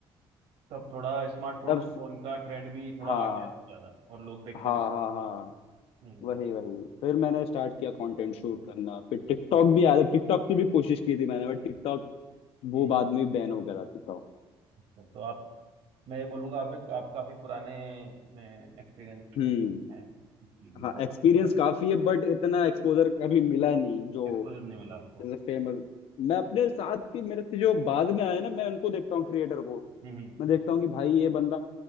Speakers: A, on the right; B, on the left.
A: तब थोड़ा स्मार्टफोन
B: तब से
A: फोन का ट्रेंड भी थोड़ा
B: हाँ
A: आ गया था ज़्यादा और लोग देखते
B: हाँ
A: भी
B: हाँ हाँ
A: हम्म हम्म
B: वही वही फिर मैंने स्टार्ट किया कंटेंट शूट करना फिर टिकटॉक भी आया था टिकटॉक की भी कोशिश की थी मैंने बट टिकटॉक वो
A: हम्म,
B: बाद में बैन हो गया था टिकटॉक
A: अच्छा तो आप मैं ये बोलूँगा आप एक आप काफ़ी पुराने इसमें एक्सपीरियंस
B: हम्म
A: है इस चीज़ में
B: हाँ
A: बहुत
B: एक्सपीरियंस
A: पहले से आप
B: काफी है बट इतना एक्सपोजर कभी मिला नहीं जो
A: एक्सपोजर नहीं मिला आपको
B: जैसे फेमस मैं अपने साथ के मेरे से जो बाद में आए ना मैं उनको देखता हूँ क्रिएटर को
A: हम्म हम्म।
B: मैं देखता हूँ कि भाई ये बंदा